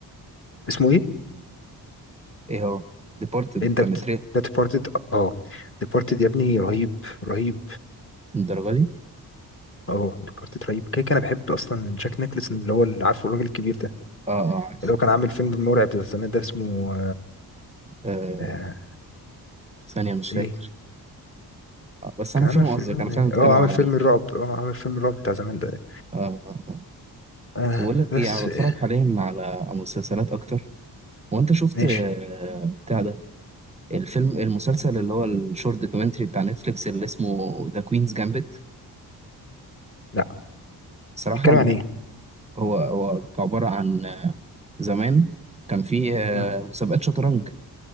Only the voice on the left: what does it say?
اسمه ايه؟
انت
بت...
The Departed اه Departed يا ابني رهيب رهيب
اه ديكارت رهيب كده كده انا بحب اصلا جاك نيكلسون اللي هو اللي عارفه الراجل الكبير ده
اللي هو كان عامل فيلم مرعب ده زمان ده اسمه
آه
ايه
كان
عامل فيلم
اه عامل
فيلم
الرعب
اه عامل فيلم الرعب بتاع زمان ده
آه
بس
آه
ماشي
لا
بيتكلم
عن ايه
مم،